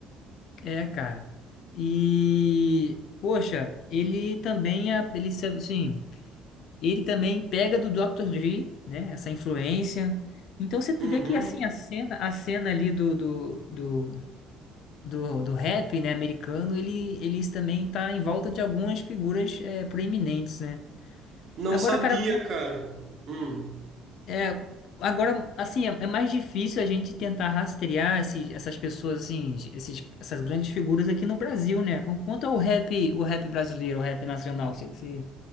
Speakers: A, on the left (about 50°); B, on the right (about 40°).
A: É, cara. E, poxa, ele também, é- ele, sabe- sim, ele também pega do Dr. Dre, né? Essa influência. Então você vê
B: Uhum.
A: que assim a cena, a cena ali do do, do, do, do rap, né, americano, ele, ele também tá em volta de algumas figuras é, proeminentes, né?
B: Não
A: Agora,
B: sabia,
A: cara,
B: cara. Hum.
A: É, agora, assim, é, é mais difícil a gente tentar rastrear esses, essas pessoas, assim, esses, essas grandes figuras aqui no Brasil, né? Com- Quanto ao rap, o rap brasileiro, o rap nacional, você você-